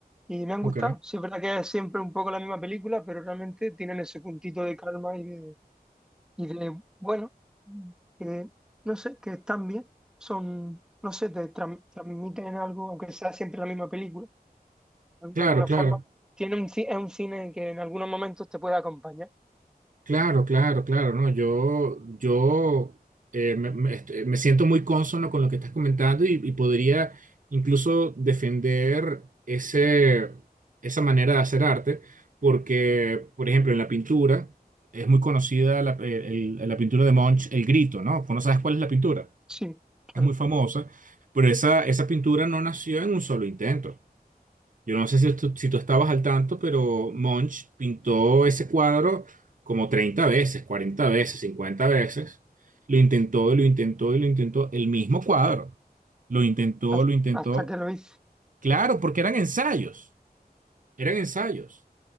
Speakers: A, in the centre; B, on the right.
A: y me han
B: Ok,
A: gustado. Sí, es verdad que es siempre un poco la misma película, pero realmente tienen ese puntito de calma y de, y de bueno, eh, no sé, que están bien, son, no sé, te tran- transmiten algo, aunque sea siempre la misma película, de
B: claro,
A: alguna
B: claro.
A: forma, pues, tiene un, ci- es un cine que en algunos momentos te puede acompañar.
B: Claro, claro, claro, no, yo, yo eh, me, me- este, me siento muy cónsono con lo que estás comentando y, y podría incluso defender ese, esa manera de hacer arte, porque, por ejemplo, en la pintura es muy conocida la, el- el- la pintura de Munch, El Grito, ¿no? Pues no sabes cuál es la pintura,
A: Sí, claro,
B: es muy famosa, pero esa, esa pintura no nació en un solo intento. Yo no sé si tú, si tú estabas al tanto, pero Munch pintó ese cuadro como 30 veces, 40 veces, 50 veces. Lo intentó, y lo intentó y lo intentó. El mismo cuadro. Lo intentó,
A: ha-
B: lo intentó.
A: hasta que lo hice.
B: Claro, porque eran ensayos. Eran ensayos.